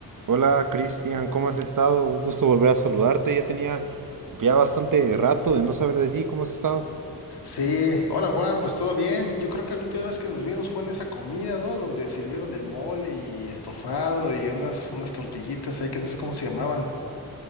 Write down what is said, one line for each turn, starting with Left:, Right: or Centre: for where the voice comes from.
Right: Hola Cristian, ¿cómo has estado? Un gusto volver a saludarte. Ya tenía ya bastante rato de no saber de ti. ¿Cómo has estado?
Left: Sí, hola Juan, pues todo bien. Yo creo que la última vez que nos vimos fue en esa comida, ¿no? Donde sirvieron el mole y estofado y unas, unas tortillitas ahí que no sé cómo se llamaban.